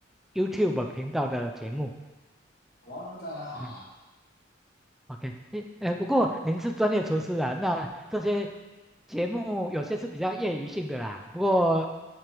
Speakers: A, in the centre; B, on the left (about 50°).
A: YouTube 频道的节目。
B: 哦，当然好啊，
A: 嗯，OK，诶，呃不过您是专业厨师啊，那这些节目有些是比较业余性的啦，不过，